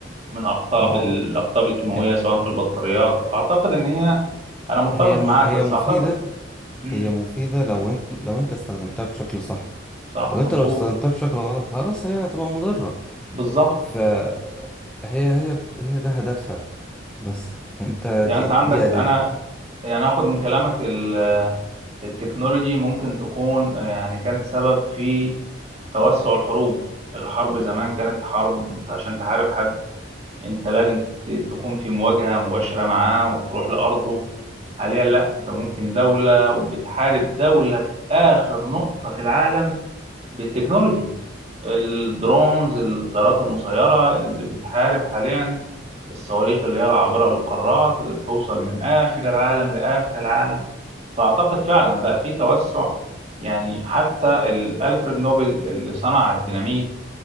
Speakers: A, on the right; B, in the centre.
A: من أقطاب
B: ما هو
A: ال- الأقطاب الكيماوية
B: آه،
A: سواء في البطاريات فأعتقد إن هي أنا متفق
B: هي م...
A: معاك
B: هي
A: بس
B: مفيدة
A: أعتقد مم.
B: هي مفيدة لو ان... لو انت استخدمتها بشكل صح
A: صح
B: طب انت
A: مظبوط
B: لو استخدمتها بشكل غلط خلاص هي هتبقى مضرة
A: بالظبط
B: فهي هي هي ده هدفها بس يعني انت
A: يعني
B: دي
A: انت عندك
B: دي أداة
A: انا يعني هاخد من كلامك ال- التكنولوجي ممكن تكون آه، يعني كانت سبب في توسع الحروب الحرب زمان كانت حرب انت عشان تحارب حد انت لازم ت- تكون في مواجهة مباشرة معاه وتروح لأرضه حاليا لا انت ممكن دولة وبتحارب دولة في آخر نقطة في العالم بالتكنولوجي الدرونز الطيارات المسيرة اللي بتحارب حاليا الصواريخ اللي هي العابرة للقارات اللي بتوصل من آخر العالم لآخر العالم فأعتقد فعلا بقى في توسع يعني حتى ال- ألفريد نوبل اللي صنع الديناميت